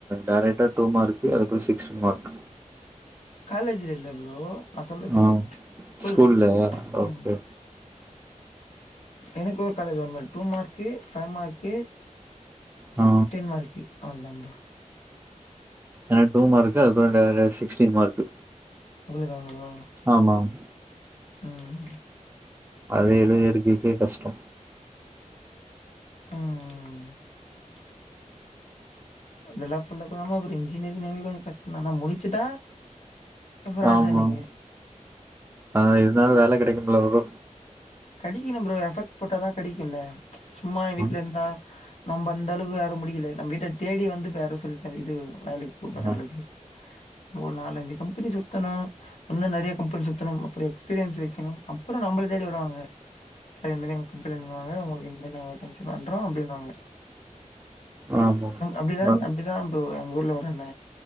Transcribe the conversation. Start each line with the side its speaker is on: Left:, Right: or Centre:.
Right: டைரக்டா டூ மார்கு அதுக்கப்பற சிக்ஸ் மார்க்
Left: காலேஜ்ல இல்ல ப்ரோ நா சொல்றது
Right: ஆ
Left: ஸ்கூல்ல
Right: ஸ்கூல்லயா ஓகே
Left: ம் எனக்கு ஒரு காலேஜ் வண்மல் டூ மார்க்கு ஃபைவ் மார்க்கு
Right: ஆ
Left: டென்மார்க்கு அவ்ளதா ப்ரோ
Right: எனக்கு <unintelligible> சிக்ஸ்டீன் மார்க்
Left: அவ்வளதா ப்ரோ
Right: ஆமாம்
Left: ம்
Right: அது எழுதி எடுக்கறகே கஷ்டோ
Left: ம் ம் ம் அதெல்லா ஃபுல் அப் பண்ணாம அப்புற இன்ஜினியரிங் னாவே கொஞ்ச கஷ்டந்தா ஆனா முடிச்சுட்டா இப்போ ராஜா
Right: ஆமாம்
Left: நீங்க
Right: அதுல இருந்தாலு வேல கெடைக்கும்ல ப்ரோ
Left: கடிகன்னு ப்ரோ எஃபெக்ட் போட்டாதா கெடைக்கும்ல சும்மா வீட்ல
Right: ஆ
Left: இருந்தா நம்ப அந்தளவுக்கு யாரும் முடிக்கல நம்ப வீட்ட தேடி வந்து இப்ப யாரோ சொல்லி தரு இது வேலைக் கூப்பறளக்கு
Right: ஆ
Left: ஒரு நாலு அஞ்சு கம்பெனி சுத்தணு இன்னு நெறய கம்பெனி சுத்தணு அப்புற எக்ஸ்பீரியன்ஸ் வைக்கனு அப்பற நம்ப விடுதேடி வருவாங்க சார் இந்த மாதி எங்க கம்பெனிலந்து வராங்க உங்களுக்கு இந்த மாரி நாங்க வேக்கன்சி பண்றோ அப்படின்னுவாங்க
Right: ஆ ஆமா
Left: அப்டிதா
Right: ஆ
Left: அப்டிதா ப்ரோ எங்க ஊர்ல ஒரு அண்ண